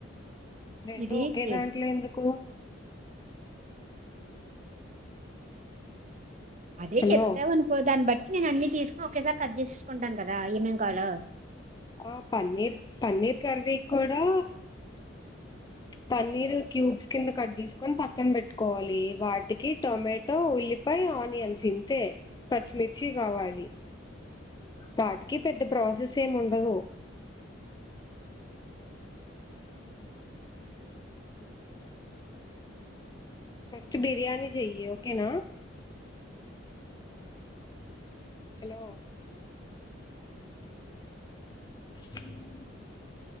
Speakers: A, on the left; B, on the right.
A: రెండు
B: ఇది
A: ఒకే
B: చేసి
A: దాంట్ల ఎందుకు
B: అదే
A: హలో
B: చెప్తావనుకో దాన్ని బట్టి నేను అన్ని తీసుకుని ఒకేసారి కట్ చేసేసుకుంటాను కదా ఏమేం కాలో
A: ఆ పన్నీర్ పన్నీర్ కర్రీ కూడా పన్నీర్ క్యూబ్స్ కింద కట్ చేసుకొని పక్కన పెట్టుకోవాలి వాటికి టొమాటో ఉల్లి లిపాయి ఆనియన్స్ ఇంతే పచ్చిమిర్చి కావాలి వాటికి పెద్ద ప్రాసెస్ ఏముండవు ఫస్ట్ బిర్యానీ చెయ్యి ఓకేనా హలో అ